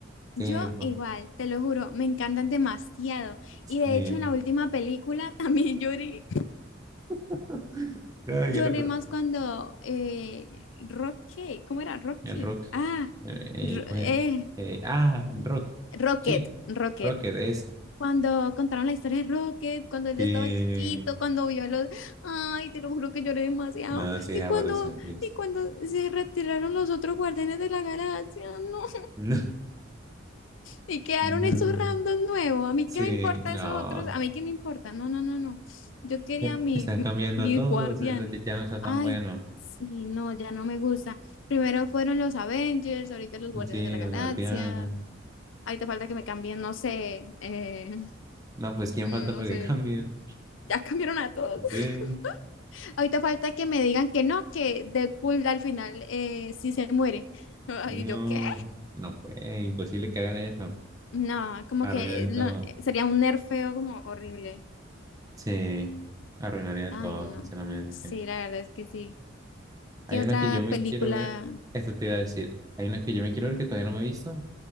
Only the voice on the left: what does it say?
yo
igual, te lo juro, me encantan demasiado.
Y de hecho en la última película también <laughs> lloré,
lloré
más cuando eh, Rocky, ¿cómo era? Rocky.
Ah,
Ro-
eh,
Rocket,
Rocket.
Cuando contaron la historia de Rocket, cuando él
estaba chiquito, cuando vio los... Ay, te lo juro que lloré demasiado.
Y
cuando,
y cuando se retiraron los otros guardianes de la galaxia, no.
Y quedaron
esos random nuevos. A mí
qué me importa
esos otros, a mí qué me importa. No, no, no, no. Yo quería
mi,
mi-
mis
guardianes.
Ay,
sí, no, ya no me gusta. Primero fueron los Avengers, ahorita los Guardianes
de la
Galaxia.
Ahorita falta que me cambien, no sé, eh, <laughs>
mm,
no
sé.
Ya cambiaron a todos.
<laughs> Ahorita falta que me digan que no, que Deadpool al final eh, sí se muere. <laughs>
¿Y yo qué?
No, como
que eh, lo-
eh, sería un nerfeo como horrible.
Ay,
no.
Sí, la verdad es que sí.
¿Qué otra
película?